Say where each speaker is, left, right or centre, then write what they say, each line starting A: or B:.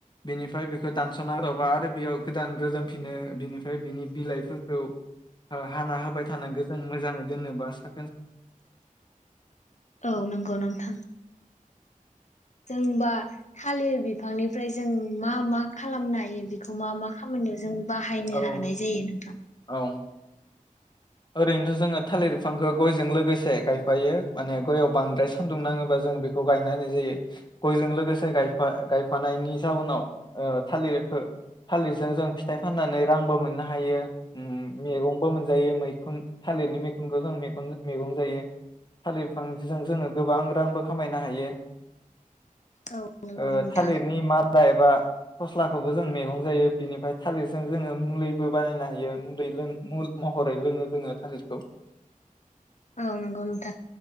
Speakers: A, on the left (about 30°); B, on the left (about 55°).
A: बिनिफ्राय बिखो दानस'ना औ गारबा आरो बेयाव गोदान रोदोम फि नो बिनिफ्राय बिनि बिलाइफोरखौ आ हाना होबाय थानांगो जों मोजांङै दोननोबा सा
B: औ नंगौ नोंथां। जों बा थालिर बिफांनिफ्राय जों मा मा खालामनो हायो बेखौ मा मा खामानियाव जों बाहायनो
A: औ
B: हानाय जायो नोंथां?
A: औ ओरैनोथ' जोङो थालिर बिफांखौ गयजों लोगोसे गायफायो। माने गयाव बांद्राय सान्दुं नाङोबा जों बेखौ गायना होनाय जायो। गयजों लोगोसे गायफा गायफानायनि जाउनाव ओ थालिरखो थालिरजों जों फिथाइ फाननानै रांबो मोननो हायो। उम मेगंबो मोनजायो मै खुन थालिरनि मैखुनखौ जों मेगन मेगं जायो थालिर बिफांजों जोङो गोबां रांबो खामायनो हायो।
B: औ नंगौ
A: ओ
B: नोंथां।
A: थालिरनि मादा एबा फस्लाखौबो जों मेगं जायो। बिनिफ्राय थालिरजों जोंङो मुलैबो बानायनो हायो मुलै लों महरै लोङो। जोंङो थालिरखौ
B: औ नंगौ नोंथां